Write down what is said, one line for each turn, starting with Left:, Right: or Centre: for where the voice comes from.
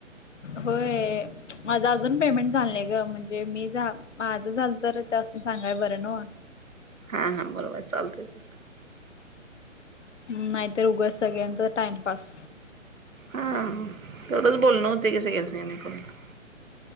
Left: होय, माझं अजून पेमेंट झालं नाही ग म्हणजे मी जा माझं झालं तर त्यासनी सांगाय बरं न्हवं.
Right: हां हां, बरोबर आहे चालतंय चालतंय.
Left: नाहीतर उघच सगळ्यांच टाइमपास.
Right: हा, तेवढंच बोलणं होतंय कणी <unintelligible> <unintelligible>